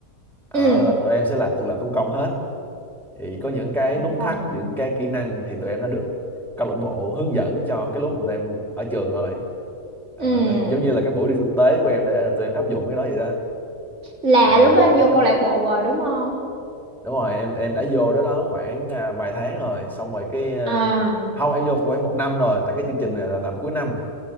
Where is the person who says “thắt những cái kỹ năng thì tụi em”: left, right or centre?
Centre